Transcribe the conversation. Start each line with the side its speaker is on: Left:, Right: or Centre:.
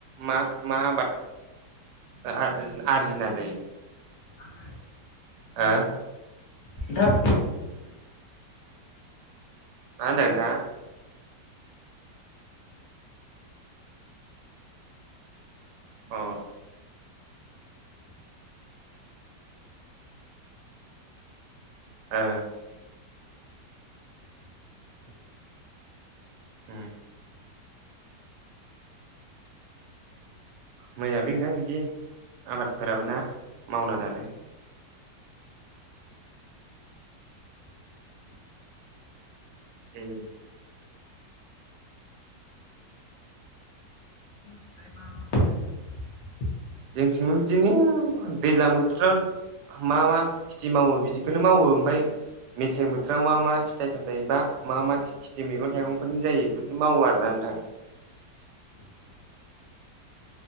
Right: मा मा आबाद? ओ आर्जियो आरजिनानै
Left: आङो?
Right: हो।
Left: दाब
Right: मा होन्दों नोंथाङा? अ। ओ। हम। मोजांलै नोंथां बिदि आबादफोराबो ना मावना जानो। उम।
Left: ओमफ्राय मा मा मावनानै जायो?
Right: जोंथिंबो बिदिनो दैज्लां बोथोराव मा मा खेथि मावो बिदिखौनो मावो ओमफाय मेसें बोथोराव मा मा फिथाइ सामथाय बा मा मा खिथि मैगं थाइगंफोरनि जायो बेफोरखौ मावो आरोना नों थां।